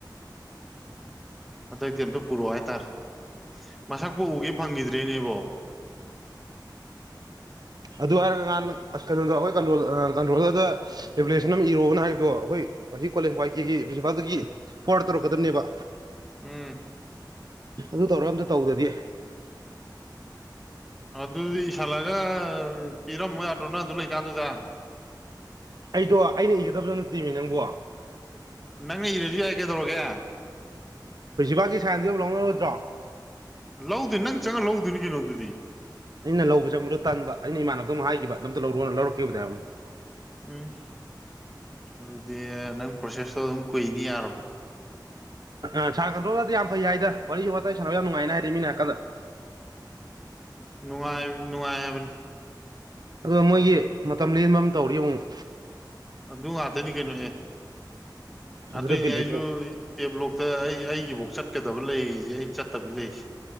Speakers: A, in the centre; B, on the right.
A: ꯍꯟꯗꯛꯇꯤ ꯑꯝꯇ ꯄꯨꯔꯛꯑꯣ ꯍꯥꯏꯇꯥꯔꯦ ꯃꯁꯛꯄꯨ ꯎꯒꯦ ꯐꯪꯈꯤꯗ꯭ꯔꯦꯅꯦꯕꯣ
B: ꯑꯗꯨ ꯍꯥꯏꯔꯒ ꯅꯍꯥꯟ ꯑꯁ ꯀꯩꯅꯣꯗ ꯑꯩꯈꯣꯏꯣꯜ ꯀꯟꯇ꯭ꯔꯣꯂꯔꯗ ꯔꯤꯒꯨꯂꯦꯁꯟ ꯑꯃ ꯏꯔꯛꯑꯣꯅ ꯍꯥꯏꯕꯗꯣ ꯑꯩꯈꯣꯏ ꯍꯧꯛ ꯀꯣꯂꯦꯖ ꯋꯥꯏ ꯀꯦꯒꯤ ꯄ꯭ꯔꯤꯟꯁꯤꯄꯥꯜꯒꯤ ꯐꯣꯔ ꯇꯧꯔꯛꯀꯗꯕꯅꯦꯕ
A: ꯎꯝ
B: ꯑꯗꯨ ꯇꯧꯔ ꯑꯝꯇ ꯇꯧꯗꯗꯤ
A: ꯑꯗꯨꯗꯤ ꯏꯁꯜꯂꯒ ꯄꯤꯔꯝꯃꯣꯏ ꯑꯗꯔꯅ ꯑꯗꯨ ꯂꯩꯀꯥꯟꯗꯨꯗ
B: ꯑꯩꯗꯣ ꯑꯩꯅ ꯏꯒꯗꯕꯗꯨꯣ ꯅꯠꯇꯦꯅꯦ ꯅꯪꯕꯣ
A: ꯅꯪꯅ ꯏꯔꯁꯨ ꯌꯥꯏ ꯀꯩꯗꯧꯔꯒꯦ
B: ꯄ꯭ꯔꯤꯟꯁꯤꯄꯥꯜꯒꯤꯥꯏꯟꯗꯨ ꯑꯣꯏꯕ ꯂꯧꯅꯔꯣꯏꯗ꯭ꯔꯣ
A: ꯂꯧꯗ ꯅꯪ ꯆꯪꯉꯒ ꯂꯧꯗꯣꯏꯅꯤ ꯀꯩꯅꯣꯗꯨꯗꯤ
B: ꯑꯩꯅ ꯂꯧꯕꯁꯦ ꯑꯃꯨꯛꯇ ꯇꯟꯕ ꯑꯩꯅ ꯏꯃꯥꯟꯅꯕꯗ ꯑꯃꯨ ꯍꯥꯏꯈꯤꯕ ꯑꯝꯗ ꯂꯧꯔꯨꯅ ꯂꯧꯔꯛꯈꯤꯕꯗ ꯍꯥꯏꯕꯅꯦ
A: ꯎꯝ ꯑꯗꯨꯗꯤ ꯅꯪ ꯄ꯭ꯔꯣꯁꯦꯁꯇꯣ ꯑꯗꯨꯝ ꯀꯨꯏꯅꯤ ꯌꯥꯔꯣꯏ
B: ꯑ ꯁꯥ ꯀꯟꯗ꯭ꯔꯜꯗꯗꯤ ꯌꯥꯝ ꯐꯩ ꯍꯥꯏꯗ ꯋꯥꯔꯤꯁꯨ ꯋꯥꯇ ꯁꯥꯟꯅꯕ ꯌꯥꯝ ꯅꯨꯡꯉꯥꯏꯅ ꯍꯥꯏꯗꯤ ꯃꯤ ꯅꯥꯀꯟꯗ
A: ꯅꯨꯡꯉꯥꯏ ꯅꯨꯡꯉꯥꯏ ꯍꯥꯏꯕꯅꯤ
B: ꯑꯗꯨꯒ ꯃꯣꯏꯒꯤ ꯃꯇꯝ ꯂꯦꯟꯕ ꯑꯃ ꯇꯧꯔꯤ ꯑꯃꯨꯛ
A: ꯑꯗꯨ ꯉꯥꯛꯇꯅꯤ ꯀꯩꯅꯣ ꯑꯦ
B: ꯑꯗꯨꯗ
A: ꯑꯗꯨꯣꯏꯅꯦ
B: ꯕꯤꯠ ꯂꯩꯇꯦ
A: ꯑꯩꯁꯨ ꯑꯦꯕ꯭ꯂꯣꯛꯇ ꯑꯩ ꯑꯩꯒꯤꯐꯧ ꯆꯠꯀꯗꯕ ꯂꯩꯔꯤꯁꯦ ꯑꯩꯅ ꯆꯠꯇꯕꯤꯒꯤ ꯂꯩꯔꯤꯁꯦ